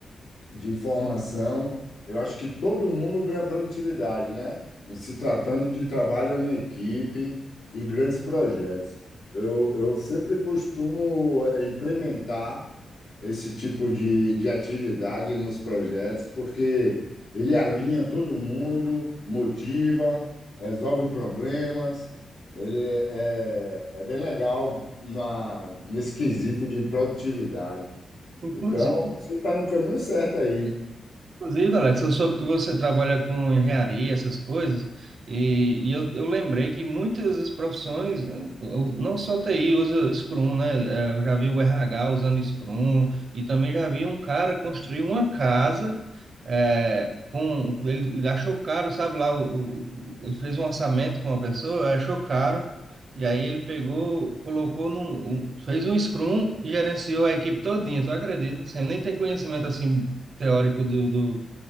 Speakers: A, on the left (about 85°); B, on the right (about 60°).
A: de informação. Eu acho que todo mundo ganha produtividade, né? Em se tratando de trabalho em equipe e grandes projetos. Eu, eu sempre costumo eh, implementar esse tipo de, de atividade nos projetos, porque ele alinha todo mundo, motiva, resolve problemas. Ele é, é bem legal na, nesse quesito de produtividade.
B: Inclusive,
A: Então, você está no caminho certo aí.
B: Inclusive, Alex, eu soube que você trabalha com engenharia, essas coisas, e, e eu, eu lembrei que muitas das profissões, eh, o- não só TI usa Scrum, né? Eh, Eu já vi o RH usando Scrum, e também já vi um cara construir uma casa, eh, com, ele ele achou caro, sabe lá, o, o- ele fez um orçamento com uma pessoa, achou caro, e aí ele pegou, colocou num, um- fez um Scrum e gerenciou a equipe todinha, tu acredita? Sem nem ter conhecimento assim teórico do, do-